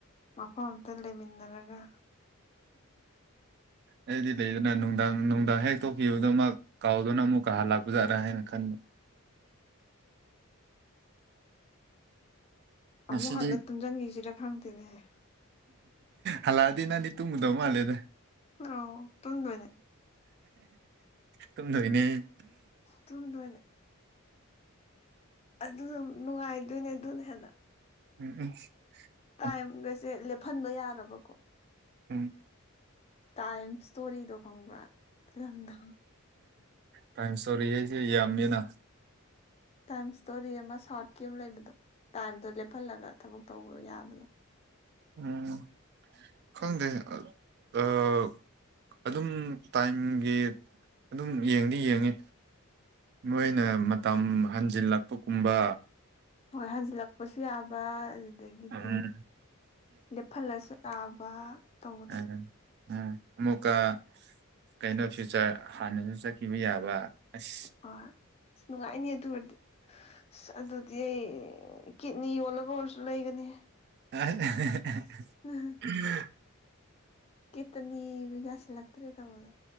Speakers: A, on the left; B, on the right.
A: ꯃꯐꯝ ꯑꯝꯇ ꯂꯩꯃꯤꯟꯅꯔꯒ
B: ꯑꯩꯗꯤ ꯂꯩꯗꯅ ꯅꯨꯡꯗꯥꯡ ꯅꯨꯡꯗꯥꯡ ꯍꯦꯛ ꯊꯣꯛꯈꯤꯕꯗꯨꯃꯛ ꯀꯥꯎꯗꯨꯅ ꯑꯥꯃꯨꯛꯀꯥ ꯍꯥꯜꯂꯛꯄꯖꯥꯔꯥꯅ ꯈꯟꯕ ꯉꯁꯤꯗꯤ
A: ꯑꯃꯨꯛ ꯍꯜꯂ ꯇꯨꯝꯁꯤꯟꯈꯤꯁꯤꯔ ꯈꯪꯗꯦꯅꯦꯍꯦ
B: ꯍꯜꯂꯛꯑꯗꯤ ꯅꯪꯗꯤ ꯇꯨꯝꯒꯗꯧ ꯃꯥꯜꯂꯦꯗ
A: ꯑꯣ ꯇꯨꯝꯗꯣꯏꯅꯦ
B: ꯇꯨꯝꯗꯣꯏꯅꯦ
A: ꯇꯨꯝꯗꯣꯏꯅꯦ ꯑꯗꯨ ꯅꯨꯡꯉꯥꯏꯗꯣꯏꯅꯦ ꯑꯗꯨꯅ ꯍꯦꯟꯅ
B: ꯎꯝ ꯎꯝ
A: ꯇꯥꯏꯝꯒꯁꯦ ꯂꯦꯞꯍꯟꯕ ꯌꯥꯔꯕꯀꯣ
B: ꯎꯝ
A: ꯇꯥꯏꯝ ꯏꯁꯇꯣꯔꯤꯗꯣ ꯐꯪꯕ꯭ꯔꯥ ꯐꯤꯂꯝꯗ
B: ꯇꯥꯝꯏ ꯏꯁꯇꯣꯔꯤ ꯍꯥꯏꯁꯦ ꯌꯥꯝꯃꯦꯅ
A: ꯇꯥꯏꯝ ꯏꯁꯇꯣꯔꯤ ꯑꯃ ꯁꯥꯎꯠꯀꯤ ꯑꯃ ꯂꯩꯕꯗꯣ ꯇꯥꯏꯝꯗꯣ ꯂꯦꯞꯍꯜꯂꯒ ꯊꯕꯛ ꯇꯧꯕ ꯌꯥꯕꯗꯣ
B: ꯎꯝ ꯈꯪꯗꯦ ꯑꯥ ꯑꯗꯨꯝ ꯇꯥꯏꯝꯒꯤ ꯑꯗꯨꯝ ꯌꯦꯡꯗꯤ ꯌꯦꯡꯉꯤ ꯃꯣꯏꯅ ꯃꯇꯝ ꯍꯟꯖꯤꯜꯂꯛꯄꯒꯨꯝꯕ
A: ꯍꯣꯏ ꯍꯟꯖꯤꯜꯂꯛꯄꯁꯨ ꯌꯥꯕ ꯑꯗꯨꯗꯒꯤ ꯑꯗꯒꯤꯗꯤ
B: ꯎꯝ
A: ꯂꯦꯞꯍꯜꯂꯁꯨ ꯌꯥꯕ ꯇꯧꯕꯗꯣ
B: ꯎꯝ ꯎꯝ ꯑꯃꯨꯛꯀ ꯀꯩꯅꯣꯁꯨ ꯍꯥꯟꯅꯁꯨ ꯆꯠꯈꯤꯕ ꯌꯥꯕ ꯑꯁ
A: ꯍꯣꯏ ꯑꯁ ꯅꯨꯡꯉꯥꯏꯅꯤ ꯑꯗꯨ ꯑꯣꯏꯔꯗꯤ ꯑꯁ ꯑꯗꯨ ꯗꯤ ꯑꯩ ꯀꯤꯠꯅꯤ ꯌꯣꯜꯂꯒ ꯑꯣꯏꯔꯁꯨ ꯂꯩꯒꯅꯤ
B: <unintelligible>
A: <unintelligible>
B: <inaudible>
A: ꯀꯦꯠꯇꯅꯤ ꯌꯥꯁꯤ ꯂꯥꯛꯇꯔꯦ ꯇꯧꯕꯗꯣ